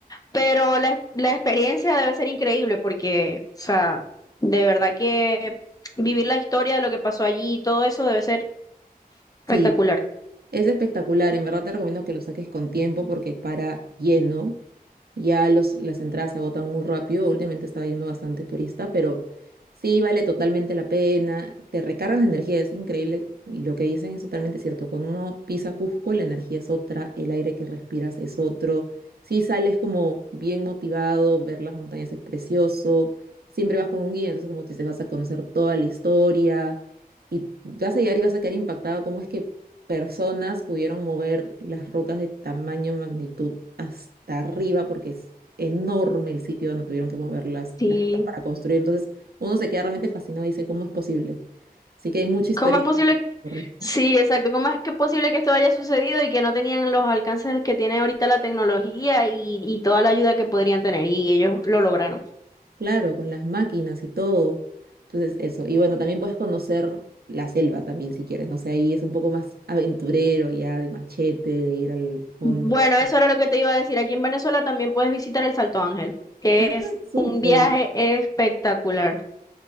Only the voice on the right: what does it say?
sí,
Es espectacular, en verdad te recomiendo que lo saques con tiempo porque para lleno, ya los, las entradas se agotan muy rápido, últimamente está yendo bastante turista, pero sí vale totalmente la pena, te recargas de energía, es increíble y lo que dicen es totalmente cierto, cuando uno pisa Cusco la energía es otra, el aire que respiras es otro, sí sales como bien motivado, ver las montañas es precioso, siempre vas con un guía, entonces como tú dices vas a conocer toda la historia y vas a llegar y vas a quedar impactado, cómo es que personas pudieron mover las rocas de tamaño, magnitud hasta arriba, porque es enorme el sitio donde tuvieron que mover las,
las rocas para construir. Entonces, uno se queda realmente fascinado y dice, ¿cómo es posible? Así que hay mucha historia
ahí
que correr.
Claro, con las máquinas y todo. Entonces, eso. Y bueno, también puedes conocer la selva también si quieres. No sé, ahí es un poco más aventurero ya, de machete, de ir al fondo.
Ah,
Súper.